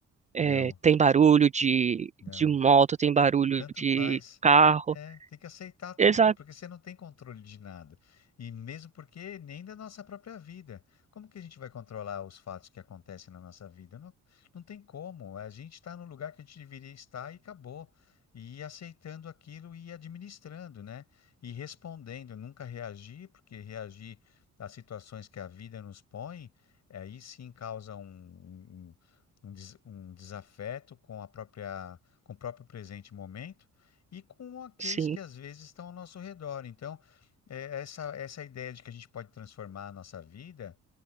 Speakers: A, on the right; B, on the left.
A: é,
B: não,
A: tem barulho de
B: não.
A: de moto, tem barulho
B: Tanto
A: de
B: faz.
A: carro.
B: É, tem que aceitar tudo,
A: Exato,
B: porque você não tem controle de nada. E mesmo porque nem da nossa própria vida. Como que a gente vai controlar os fatos que acontecem na nossa vida? Não, não tem como. A gente está no lugar que a gente deveria estar e acabou. E ir aceitando aquilo e ir administrando, né? E respondendo, nunca reagir, porque reagir às situações que a vida nos põe, aí sim causa um, um um- um des- um desafeto com a própria com o próprio presente momento e com aqueles
A: sim,
B: que às vezes estão ao nosso redor. Então, é, essa, essa ideia de que a gente pode transformar a nossa vida,